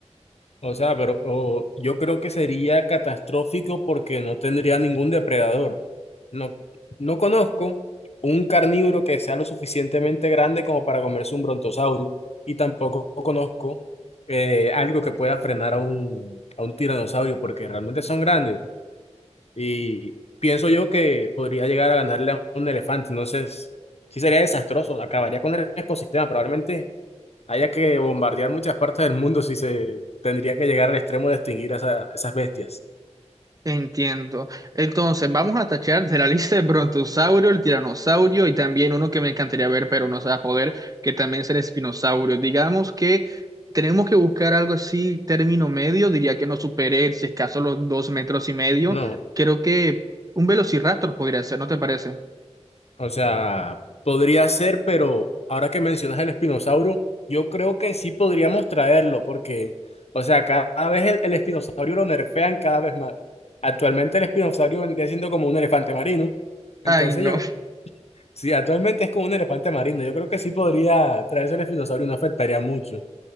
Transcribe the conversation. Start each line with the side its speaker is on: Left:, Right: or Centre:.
Left: O sea, pero o- yo creo que sería catastrófico porque no tendría ningún depredador. No, no conozco un carnívoro que sea lo suficientemente grande como para comerse un brontosaurio y tampoco conozco eh, algo que pueda frenar a un, a un tiranosaurio porque realmente son grandes y pienso yo que podría llegar a ganarle a un elefante. Entonces, sí sería desastroso, acabaría con el ecosistema. Probablemente Haya que bombardear muchas partes del mundo si se tendría que llegar al extremo de extinguir a esa- esas bestias.
Right: Entiendo. Entonces, vamos a tachar de la <laughs> lista el brontosaurio, el tiranosaurio y también uno que me encantaría ver, pero no se va a poder, que también es el espinosaurio. Digamos que tenemos que buscar algo así, término medio, diría que no supere, si es caso, los dos metros y medio.
Left: No,
Right: Creo que un velociraptor podría ser, ¿no te parece?
Left: o sea, podría ser, pero ahora que mencionas el espinosauro, yo creo que sí podríamos traerlo, porque, o sea, cada vez el, el espinosaurio lo nerfean cada vez más. Actualmente el espinosaurio vendría siendo como un elefante marino.
Right: Ay,
Left: Entonces
Right: no.
Left: yo, sí, actualmente es como un elefante marino, yo creo que sí podría traerse el espinosaurio, y no afectaría mucho,